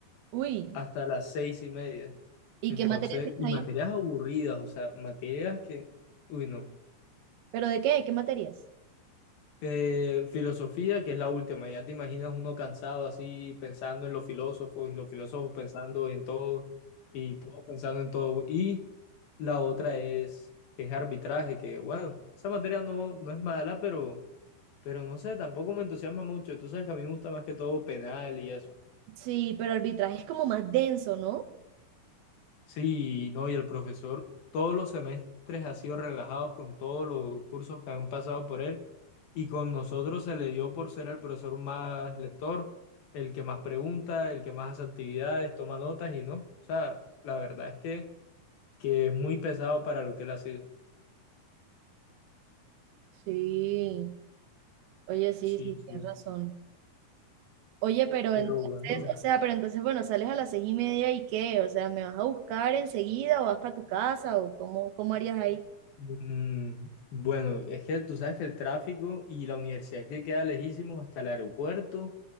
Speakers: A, on the right; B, on the left.
A: Uy,
B: hasta las seis y media.
A: ¿y
B: Entonces,
A: qué materias tienes
B: y
A: ahí?
B: materias aburridas, o sea, materias que, uy, no,
A: ¿Pero de qué? ¿Qué materias?
B: Eh, filosofía, que es la última, ya te imaginas uno cansado así pensando en los filósofos y los filósofos pensando en todo y todos pensando en todo. Y la otra es, es arbitraje, que bueno, esa materia no, no es mala, pero, pero no sé, tampoco me entusiasma mucho. Tú sabes que a mí me gusta más que todo penal y eso.
A: Sí, pero arbitraje es como más denso, ¿no?
B: Sí, no, y el profesor todos los semestres ha sido relajado con todos los cursos que han pasado por él y con nosotros se le dio por ser el profesor más lector, el que más pregunta, el que más hace actividades, toma notas y no. O sea, la verdad es que, que es muy pesado para lo que él ha sido.
A: Sí. Oye, sí,
B: Sí,
A: sí,
B: sí,
A: tienes razón. Oye, pero
B: pero
A: entonces,
B: bueno.
A: o sea, pero entonces, bueno, sales a las seis y media y qué, o sea, ¿me vas a buscar enseguida o vas para tu casa o cómo, cómo harías ahí?
B: mm, bueno, es que tú sabes que el tráfico y la universidad que queda lejísimos hasta el aeropuerto,